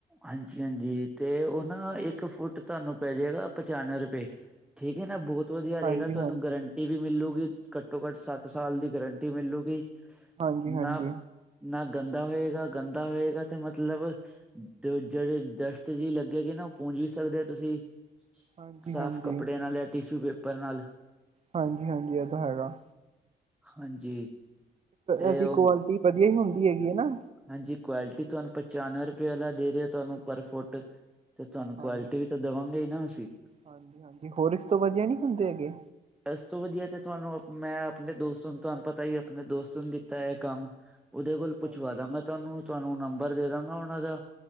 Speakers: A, in the centre; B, on the right.
A: ਹਾਂਜੀ, ਹਾਂਜੀ ਤੇ ਉਹ ਨਾ ਇੱਕ ਫੁੱਟ ਤੁਹਾਨੂੰ ਪੈ ਜਾਏਗਾ ਪਚਾਨਵੇਂ ਰੁਪਏ ਠੀਕ ਹੈ ਨਾ ਬੋਤ ਤ ਵਧੀਆ ਰਹੇਗਾ
B: ਹਾਂਜੀ
A: ਤੁਹਾਨੂੰ
B: ਹਾਂਜੀ
A: ਗਰੰਟੀ ਵੀ ਮਿਲੂਗੀ ਘੱਟੋ, ਘੱਟ ਸੱਤ ਸਾਲ ਦੀ ਗਰੰਟੀ ਮਿਲੂਗੀ।
B: ਹਾਂਜੀ ਹਾਂਜੀ
A: ਨਾ ਨਾ ਗੰਦਾ ਹੋਏਗਾ। ਗੰਦਾ ਹੋਏਗਾ ਤੇ ਮਤਲਬ ਤੇ ਜਿਹੜੇ ਡਸਟ ਜੀ ਲੱਗੇਗੀ। ਨਾ ਉਹ ਪੂੰਜ ਵੀ ਸਕਦੇ ਹੋ ਤੁਸੀਂ
B: ਹਾਂਜੀ
A: ਸਾਫ਼
B: ਹਾਂਜੀ
A: ਕੱਪੜੇ ਨਾਲ ਜਾਂ ਟਿਸ਼ੂ ਪੇਪਰ ਨਾਲ
B: ਹਾਂਜੀ, ਹਾਂਜੀ ਇਹਦਾ ਹੈਗਾ।
A: ਹਾਂਜੀ। ਤੇ
B: ਐਦੀ
A: ਉਹ
B: ਕੁਆਲਿਟੀ ਵਧੀਆ ਹੀ ਹੁੰਦੀ ਹੈਗੀ ਹੈ ਨਾ
A: ਹਾਂਜੀ ਕੁਆਲਿਟੀ ਤੁਹਾਨੂੰ ਪਚਾਨਵੇਂ ਰੁਪਏ ਵਾਲਾ ਦੇ ਰਹੇ ਹੋ ਤੁਹਾਨੂੰ ਪਰ ਫੁੱਟ ਤੇ ਤੁਹਾਨੂੰ
B: ਹਾਂਜੀ
A: ਕੁਆਲਿਟੀ ਵੀ ਤਾਂ ਦੇਵਾਂਗੇ ਹੀ ਨਾ ਅਸੀਂ
B: ਹਾਂਜੀ, ਹਾਂਜੀ ਹੋਰ ਇਸ ਤੋਂ ਵਧੀਆ ਨੀ ਹੁੰਦੇ ਹੈਗੇ
A: ਐਸ ਤੋਂ ਵਧੀਆ ਤੇ ਤੁਹਾਨੂੰ ਮੈਂ ਆਪਣੇ ਦੋਸਤ ਨੂੰ ਤੁਹਾਨੂੰ ਪਤਾ ਹੀ ਆਪਣੇ ਦੋਸਤ ਨੂੰ ਦਿੱਤਾ ਹੈ ਕੰਮ ਉਹਦੇ ਕੋਲ ਪੁੱਛਵਾ
B: ਹਾਂਜੀ
A: ਦਾਂਗਾ ਤੁਹਾਨੂੰ- ਤੁਹਾਨੂੰ ਨੰਬਰ ਦੇ ਦਾਂਗਾ ਉਹਨਾਂ ਦਾ